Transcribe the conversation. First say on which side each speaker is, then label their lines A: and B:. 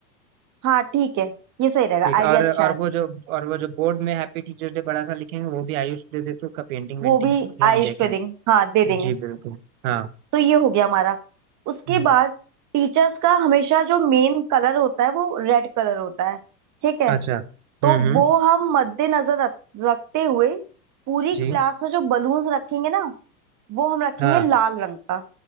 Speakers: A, on the right; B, on the right.
A: हाँ ठीक है ये सही रहेगा
B: ठीक
A: आइडिया
B: और
A: अच्छा
B: और
A: है
B: वो जो और वो जो बोर्ड में हैप्पी टीचर्स डे बड़ा सा लिखेंगे वो भी आयुष दे देते हैं, उसका पेंटिंग वेंटिंग
A: वो भी
B: की है
A: आयुष
B: हम देखें
A: पे देंगे हाँ दे देंगे
B: जी बिल्कुल हाँ
A: तो ये हो गया हमारा उसके
B: हम्म,
A: बाद टीचर्स का हमेशा जो मेन कलर होता है वो रेड कलर होता है ठीक है
B: अच्छा हम्म
A: तो
B: हम्म
A: वो हम मद्देनजर रख- रखते हुए पूरी
B: जी
A: क्लास में जो बलून्स रखेंगे ना वो हम रखेंगे
B: हाँ
A: लाल रंग का